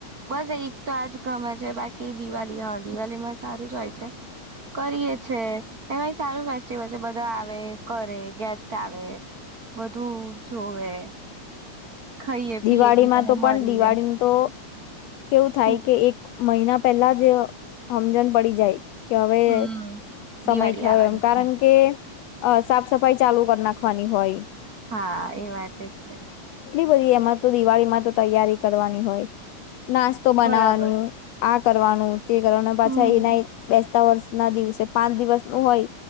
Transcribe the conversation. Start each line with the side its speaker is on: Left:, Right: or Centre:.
Right: બસ એક તો આજ ગમે છે બાકી દિવાળી, હા દિવાળી માં સારું જ હોય છે. કરીએ છે એમાંય સારું ફેસ્ટિવલ છે બધા આવે, કરે, ગેસ્ટ આવે, બધું જોવે. ખાઈએ
Left: દિવાળીમાં
Right: પીએ એકબીજાને
Left: તો પણ
Right: મળીએ
Left: દિવાળીનું તો કેવું થાય
Right: હમ
Left: કે એક મહિના પેલા જ. સમજણ પડી જાય કે હવે
Right: હમ
Left: સમય
Right: દિવાળી
Left: થયો
Right: આવવાની
Left: એમ કારણ
Right: છે
Left: કે. અ સાફ સફાઈ ચાલુ કરી નાખવાની હોય.
Right: હા એ વાત છે.
Left: એમ. તો દિવાળીમાં તો તૈયારી કરવાની હોય. નાસ્તો બનાવાનું
Right: બરાબર
Left: આ. કરવાનું. તે કરવા પાછા
Right: હમ
Left: એના બે. સ વર્ષ ના દિવસે પાંચ દિવસ નું હોય.